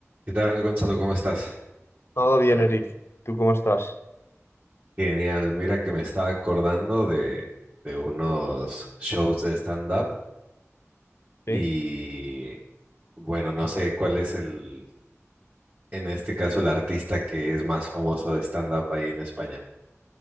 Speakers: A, on the right (about 35°); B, on the left (about 55°).
A: ¿Qué tal, Gonzalo? ¿Cómo estás?
B: Todo bien, Eric. ¿Tú cómo estás?
A: Genial. Mira que me estaba acordando de, de unos shows de stand-up
B: Sí.
A: y bueno, no sé cuál es el, en este caso, el artista que es más famoso de stand-up ahí en España.